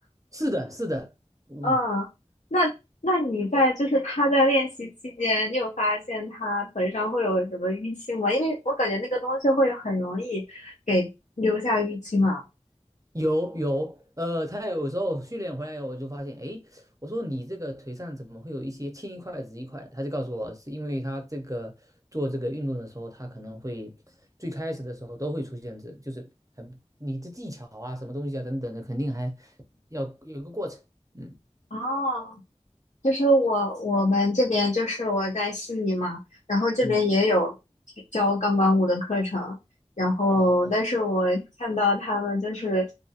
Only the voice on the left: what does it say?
嗯，那那你在就是他在练习期间，你有发现他腿上会有什么淤青吗？因为我感觉那个东西会很容易给留下淤青啊。
哦，就是我我们这边就是我在悉尼嘛，然后这边也有
教钢管舞的课程，然后但是我看到他们就是